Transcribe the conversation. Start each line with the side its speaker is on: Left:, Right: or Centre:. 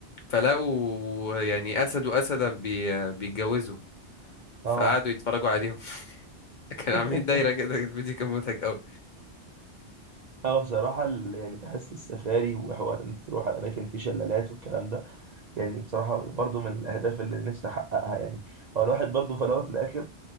Left: فلقوا يعني أسد وأسدة بي... بيتجوزوا
Right: اه
Left: فقعدوا يتفرجوا عليهم <laughs> كانوا
Right: <laughs>
Left: عاملين دايرة كده الفيديو كان مضحك أوي
Right: هو بصراحه ال- يعني بحس السفاري وحوار ان انت تروح على اماكن في شلالات والكلام ده يعني بصراحه برضو من الاهداف اللي نفسي احققها يعني هو الواحد برضو في الاول وفي الاخر